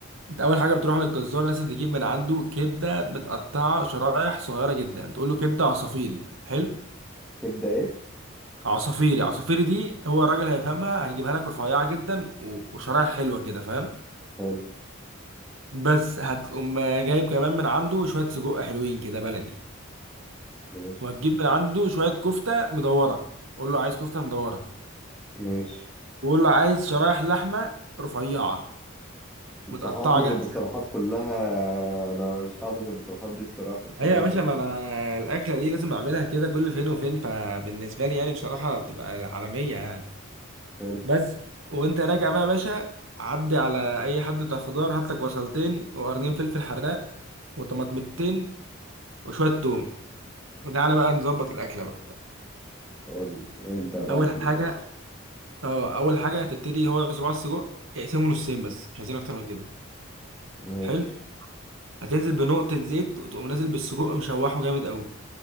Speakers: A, on the right (about 75°); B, in the centre.
A: انت اول حاجه بتروح للجزار لازم تجيب من عنده كبده متقطعه شرايح صغيره جدا تقول له كبده عصافيري حلو
B: كبده ايه
A: عصافيري عصافيري دي هو الراجل هيفهمها هيجيبها لك رفيعه جدا و- وشرايح حلوه كده فاهم
B: حلو
A: بس هتقوم جايب كمان من عنده شويه سجق حلوين كده بلدي
B: ماشي
A: وهتجيب من عنده شوية كفتة مدورة قول له عايز كفتة مدورة
B: ماشي
A: وقول له عايز شرايح لحمة رفيعة
B: انت
A: متقطعة
B: حافظ
A: جاهزة
B: المصطلحات كلها انا مش حافظ المصطلحات دي بصراحه انت
A: أيوة
B: جامد
A: يا باشا ما أنا الأكلة دي لازم أعملها كده كل فين وفين فبالنسبة لي يعني بصراحة بتبقى عالمية يعني
B: حلو
A: بس وأنت راجع بقى يا باشا عدي على أي حد بتاع خضار هات لك بصلتين وقرنين فلفل حراق وطماطمتين وشوية توم وتعالى بقى نظبط الأكلة بقى
B: اقول لك ابدا بقى
A: أول
B: في
A: حاجة
B: المصري
A: أه أول حاجة هتبتدي هو صباع السجق اقسمه نصين بس مش عايزين أكتر من كده
B: ماشي
A: حلو هتنزل بنقطة زيت وتقوم نازل بالسجق مشوحه جامد قوي